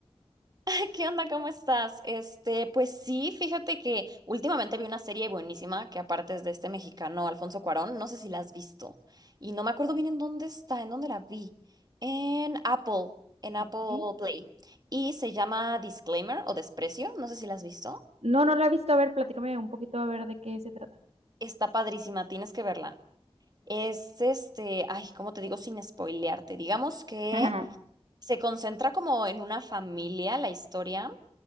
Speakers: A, on the right (about 40°); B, on the right (about 75°).
A: <laughs> ¿Qué onda? ¿Cómo estás? Este, pues sí, fíjate que últimamente vi una serie buenísima que aparte es de este mexicano Alfonso Cuarón, no sé si la has visto y no me acuerdo bien en dónde está, en dónde la vi. En Apple, en Apple
B: Ok.
A: Play y se llama Disclaimer o Desprecio, no sé si la has visto.
B: No, no la he visto. A ver, platícame un poquito a ver de qué se trata.
A: Está padrísima, tienes que verla. Es este, ay, ¿cómo te digo sin spoilearte? Digamos que
B: Ajá.
A: se concentra como en una familia la historia,